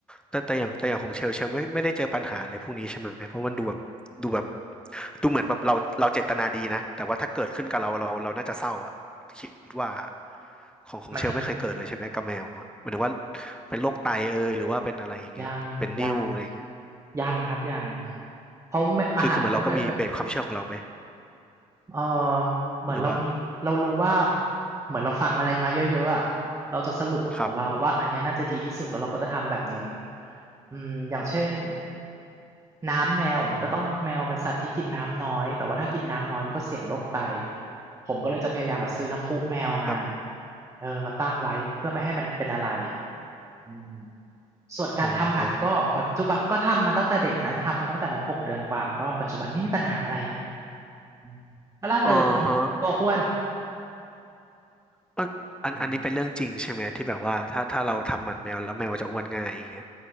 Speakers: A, in the centre; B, on the right.
A: แต่แต่อย่างแต่อย่างของเชลเชลไม่ไม่ได้เจอปัญหาอะไรพวกนี้ใช่ไหมเพราะมันดูแบบดูแบบดูเหมือนแบบเราเราเจตนาดีนะแต่ว่าถ้าเกิดขึ้นกับเราเราเราน่าจะเศร้าอะคิดว่าของของเชลไม่เคยเกิดเลยใช่ไหมกับแมวอะหมายถึงว่า
B: หมายถึง
A: เป็นโรคไตเอยหรือว่าเป็นอะไรอย่างเงี้ยเป็นนิ่วอะไรอย่างเงี้ย
B: ยังยังยังครับยังเพราะไม่อาหารก็แบบ
A: คือคือเหมือนเราก็มีเบสความเชื่อของเราไหม
B: เออเหมือนเรามีเรารู้ว่า
A: หรือว่า
B: เหมือนเราฟังอะไรมาเยอะๆอ่ะเราจะสรุปของเราว่าอันเนี้ยน่าจะดีที่สุดแล้วเราก็จะทำแบบนี้
A: ครับ
B: อืมอย่างเช่น น้ำแมวอย่างเงี้ยก็ต้องแมวมันสัตว์ที่กินน้ำน้อยแต่ว่าถ้ากินน้ำน้อยมันก็เสี่ยงโรคไตผมก็เลยจะพยายามแบบซื้อน้ำพุแมวมา
A: ครับ
B: เออมาตั้งไว้เพื่อไม่ให้มันเป็นอะไรอืมส่วนการทำหมันก็ปัจจุบันก็ทำมาตั้งแต่เด็กนะทำมาตั้งแต่มันหกเดือนกว่าก็ปัจจุบันไม่มีปัญหาอะไรนะ
A: อ๋อ
B: อืมก็ล่าเริงเนาะตัวอ้วน
A: อ๋อฮะเอยอันอันนี้เป็นเรื่องจริงใช่ไหมที่แบบว่าถ้าถ้าเราทำหมันแมวแล้วแมวจะอ้วนง่ายอย่างเงี้ย
B: อืม